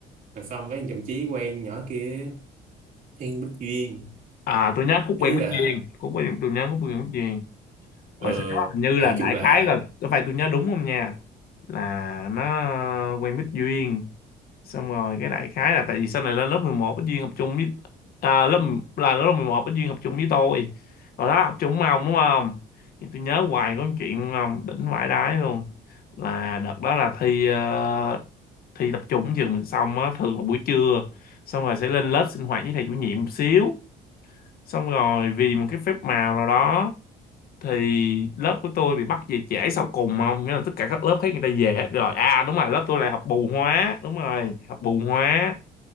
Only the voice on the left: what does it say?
à tôi nhớ khúc
quen mất
duyên khúc quen tôi nhớ khúc quen mất duyên
rồi sau đó hình như
là đại
khái là có phải tôi nhớ đúng không nha là nó quen Bích Duyên xong rồi cái đại khái là tại vì sau này lên lớp 11 Bích Duyên học chung với à, lớp là lớp 11 Bích Duyên học chung với tôi rồi đó học chung với ông đúng không thì tôi nhớ hoài có một chuyện đúng không đỉnh vãi đái luôn là đợt đó là thi ờ, thi tập trung trường mình xong á thường là buổi trưa xong rồi sẽ lên lớp sinh hoạt với thầy chủ nhiệm một xíu xong rồi vì một cái phép màu nào đó thì lớp của tôi bị bắt về trễ sau cùng không nghĩa là tất cả các lớp khác người ta về hết rồi à đúng rồi lớp tôi là học bù hóa đúng rồi học bù hóa